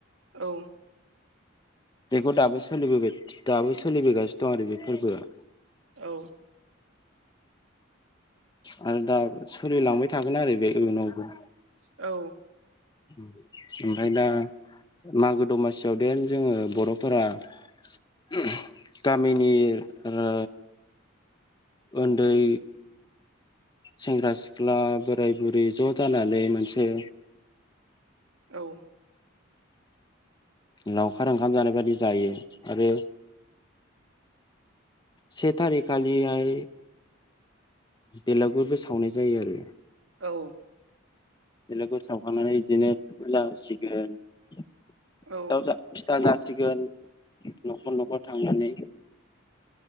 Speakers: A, on the right (about 80°); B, on the left (about 20°).
A: औ।
B: बेखौ दाबो सोलिबोबाय दाबो सोलिबोगासिनो दं आरो बे फोरबोआ
A: औ।
B: आरो दा सोलिलांबाय थागोन आरो बे इउनावबो।
A: औ।
B: उम ओमफ्राय दा मागो दमासियाव देन जोङो बर'फोरा <unintelligible> गामिनि ओ उन्दै सेंग्रा सिख्ला बोराय बुरै ज' जानानै मोनसे
A: औ।
B: लावखार ओंखाम जानाय बायदि जायो आरो से थारिक खालिहाय बेलागुरबो सावनाय जायो आरो।
A: औ।
B: बेलागुर सावखांनानै बिदिनो खेला होसिगोन। सिथाव
A: औ
B: <unintelligible> फिथा जासिगोन न'खर न'खर थांनानै।